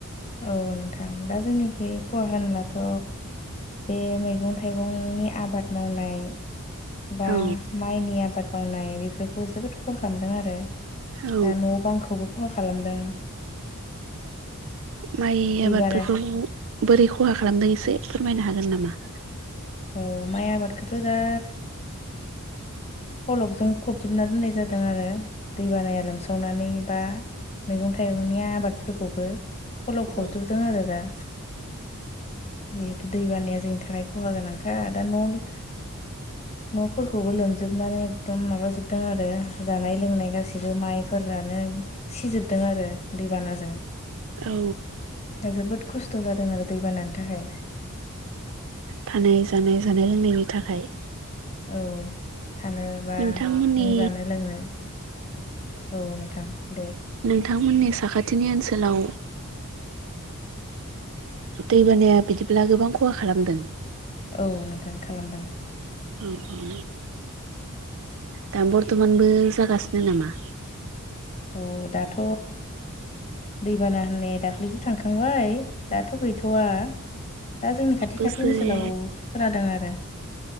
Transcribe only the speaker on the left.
औ नोंथां दा जोंनिखै खहा होनब्लाथ बे मैगं थाइगंनि आबाद मावनाय बा
माइनि आबाद मावनाय बेफोरखौ जोबोद खहा खालामदों आरो
दा नबांखौबो खहा खालामदों
दैबाना
औ माइ आबादखौथ दा फलकजों फबजोबना दोननाय जादों आरो दै बानाया लोमसावनानै बा मैगं थाइगंनि आबादफोरखौबो फलाव फबजोबदों
आरो दा जिहेथु दै बानाया जों थाखाय खहा गोनांखा दा न'-न'फोरखौबो लोमजोबनानै एक दम माबा जोबदों आरो जानाय लोंनाय गासैबो माइफोरानो सिजोबदों आरो दैबानाजों
दा जोबोद खस्थ जादों आरो दै बानानि थाखाय
औ थानो बा
नों जानो लोंनो औ नोंथां दे
औ नोंथां खालामदों
औ दाथ दैबाना होननाय दाख्लैसो थांखांबाय दाथ गैथवा। दा जोंनि खाथि
खाथि ओनसोलाव खोनादों आरो